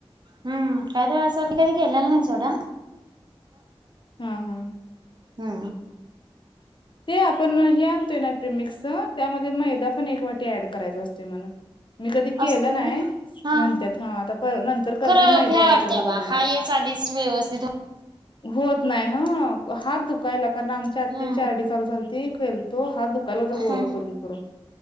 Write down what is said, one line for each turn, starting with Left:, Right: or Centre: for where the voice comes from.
Right: हम्म कायतर आसा कधी केलेला नाही सोडा
Left: हा हा
Right: हा
Left: ते आपण ह्या मिक्स त्यामध्ये मैदा पण एक वाटी ऍड करायचा असतो म्हण मी कधी केलं
Right: असतंय
Left: नाही
Right: व्हय. हा
Left: म्हणत्यात हा आता पर नंतर करताना
Right: खरं
Left: मैदा
Right: भ्या वाटत्या
Left: ऍड करून
Right: बा
Left: बघणार
Right: हा
Left: आहे
Right: हेच आधीच व्यवस्थित
Left: होत नाहीय ह हात दुखायला कारण आमच्या आत्तींच्या
Right: हं
Left: आडीच ती केलतो हाथ दुःखा गोळा
Right: हं
Left: करून करून